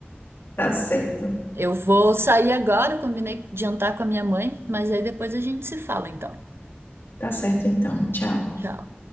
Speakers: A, on the left; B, on the right.
A: Tá certo.
B: Eu vou sair agora, eu combinei de jantar com a minha mãe, mas aí depois a gente se fala então.
A: Tá certo então. Tchau.
B: Tchau.